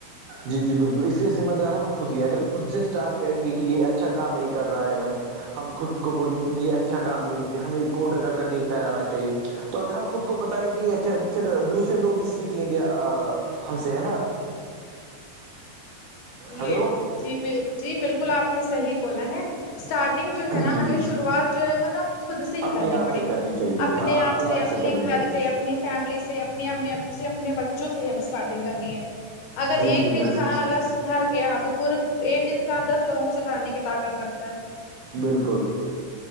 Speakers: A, on the right; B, on the left.
A: جی جی بالکل اس کے ذمہ دار ہم خود ہی اگر ہم خود سے اسٹارٹ کریں گے کہ یہ اچھا کام نہیں کر رہا ہے ہم ہم خود کو بولیں گے کہ یہ اچھا کام نہیں ہے ہمیں کوٹ ادھر کر نہیں پھیلانا چاہے تو اگر ہم خود کو بتائیں گے کہ اچھا پھر دوسرے لوگ بھی سیکھ لیں گے آ ہم سے ہے نا ہلو
B: یہ جی بل جی بالکل آپ نے صحیح بولا ہے اسٹارٹنگ جو ہے نا
A: جی
B: ہمیں
A: جی
B: شروعات جو ہے وہ نا خود سے ہی
A: اپنے
B: کرنی
A: آپ
B: پڑے
A: سے کرنی
B: گی
A: چاہیے
B: اپنے
A: ہاں
B: آپ سے اپنے
A: کرنی
B: گھر
A: چاہیے
B: سے اپنی فیملی سے اپنے امی ابو سے اپنے بچوں سے ہی ہمیں اسٹارٹنگ کرنی ہے اگر ایک
A: جی جی
B: بھی انسان
A: بالکل
B: اگر سدھر گیا تو پورا ایک انسان دس لوگوں کو سدھارنے کی طاقت رکھتا ہے
A: بالکل